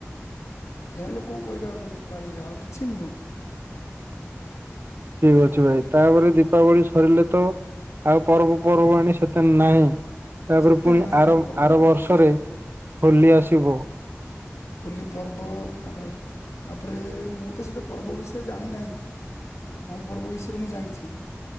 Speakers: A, on the left (about 80°); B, on the right (about 50°).
A: ଏହା ଲୋକଙ୍କୁ କହିବା କଥା ଦୀପାଳିରେ ଆଉ କିଛି ନୁହଁ।
B: ଠିକ ଅଛି ଭାଇ ତାପରେ ଦୀପାବଳି ସରିଲେ ତ ଆଉ ପର୍ବ ପର୍ବାଣୀ ସେତେନ ନାହିଁ ତାପରେ
A: ସେତେ
B: ପୁଣି
A: ନାହିଁ
B: ଆର
A: ଆମ ପର୍ବ-
B: ଆର
A: ପର୍ବପର୍ବାଣୀ
B: ବର୍ଷରେ ହୋଲି ଆସିବ।
A: ହୋଲି ପର୍ବ ତାପରେ ତାପରେ ମୁଁ ତ ସେତେ ପର୍ବ ବିଷୟରେ ଜାଣି ନାହିଁ। କମ ପର୍ବ ବିଷୟରେ ମୁଁ ଜାଣିଛି।